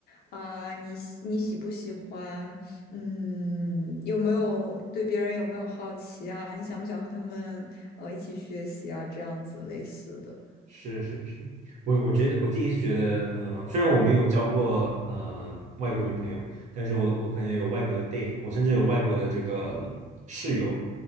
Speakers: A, on the left; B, on the right.
A: 啊、你喜你喜不喜欢，嗯，有没有对别人有没有好奇啊？你想不想和他们呃一起学习啊？这样子类似的。
B: 是是是，我我觉得我自己是觉得，嗯，虽然我没有交过呃外国女朋友，但是我我可能有外国的 date，我甚至有外国的这个室友，